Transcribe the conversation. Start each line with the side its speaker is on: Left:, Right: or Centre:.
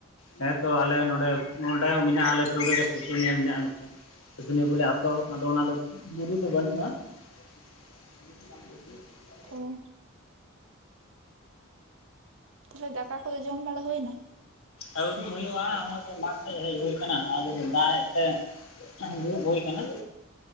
Left: ᱦᱮᱸ ᱛᱚ ᱟᱞᱮ ᱱᱚᱸᱰᱮ ᱱᱚᱰᱮ ᱦᱚᱸ ᱢᱮᱱᱟᱜᱼᱟ ᱟᱞᱮ ᱥᱩᱨ ᱨᱮᱜᱮ ᱥᱩᱥᱩᱱᱤᱭᱟᱹ ᱢᱮᱱᱟᱜᱼᱟ ᱢᱤᱫᱴᱮᱱ᱾ ᱥᱩᱥᱱᱤ ᱵᱚᱞᱮ ᱟᱛᱚ ᱟᱫᱚ ᱚᱱᱟ ᱫᱚ ᱵᱩᱨᱩ ᱫᱚ ᱵᱟᱹᱱᱩᱜᱼᱟ, <unintelligible>
Right: ᱩᱸᱻ ᱛᱟᱦᱚᱞᱮ ᱫᱟᱠᱟ ᱠᱚᱫᱚ ᱡᱚᱢ ᱵᱟᱲᱟ ᱦᱩᱭ ᱱᱟ?
Left: ᱟᱹᱣᱨᱤ ᱦᱩᱭᱩᱜᱼᱟ ᱱᱚᱜᱼᱚᱭ ᱛᱚ ᱢᱟᱴᱷ ᱥᱮᱫ ᱦᱮᱡ ᱦᱩᱭ ᱟᱠᱟᱱᱟ, ᱟᱫᱚ ᱫᱟᱜ ᱮ ᱛᱟᱦᱮᱫ᱾ ᱫᱩᱲᱩᱵ ᱦᱩᱭ ᱠᱟᱱᱟ,